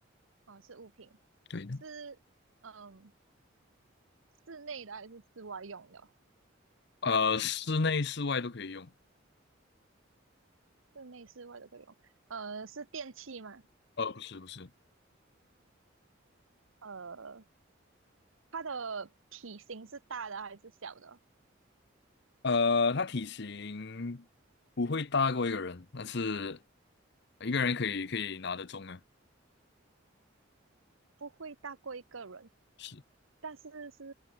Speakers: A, on the right (about 85°); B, on the left (about 55°).
A: 哦是物品。
B: 对的。
A: 是嗯，室内的还是室外用的哦？
B: 呃，室内室外都可以用。
A: 室内、室外的以用。呃，是电器吗？
B: 呃，不是不是，
A: 呃，它的体型是大的还是小的？
B: 呃，它体型不会大过一个人，但是一个人可以可以拿得中啊。
A: 不会大过一个人，
B: 是。
A: 但是是